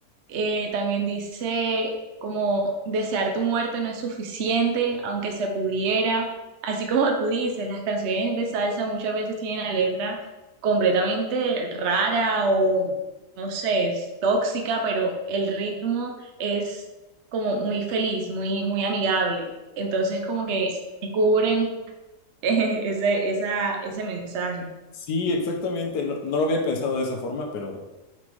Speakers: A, on the right; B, on the left.
A: Eh, también dice como desear tu muerte no es suficiente, aunque se pudiera. Así como tú dices, las canciones de salsa muchas veces tienen la letra completamente rara o no sé, es tóxica, pero el ritmo es como muy feliz, muy, muy amigable. Entonces, como que cubren <laughs> ese, esa, ese mensaje.
B: Sí, exactamente. No, no lo había pensado de esa forma, pero,